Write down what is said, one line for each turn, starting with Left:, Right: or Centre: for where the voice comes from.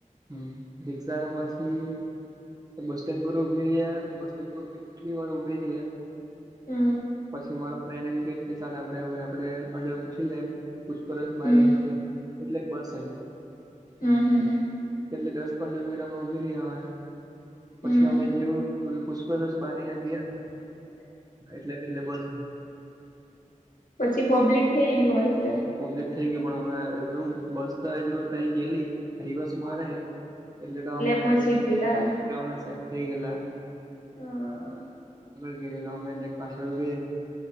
Right: હમ રિક્ષા પછી બસ સ્ટેન્ડ પર ઉભી રહ્યા બસ સ્ટેન્ડ પર કેટલી વાર ઉભે રહ્યા.
Left: હમ
Right: પછી મારા ફ્રેન્ડ એમ ક કે ચાલ આપડે હવે આપડે અંદર પૂછી લે. પૂછપરછ બરી
Left: હમ
Right: હઠ એટલે બસઈ.
Left: હમ હમ
Right: કેટલી દસ પંદર મિનિટ અમે ઉભી રહ્યા હોય
Left: હમ
Right: પછી અમે જેવું રસ બારી હ ગયા ને એટલે એટલે બસ
Left: પછી પબ્લિક થઈ ગયું હોય છે.
Right: પબ્લિક થઈ ગય પણ અમેું બસ તો જો ત ગેલી રિવર્સ મારે, એટલે તો અમે
Left: પહોંચી ગયેલા
Right: અમે શેક થઈ ગેલા.
Left: હા
Right: ગે અમેદ એક પાછળું ગ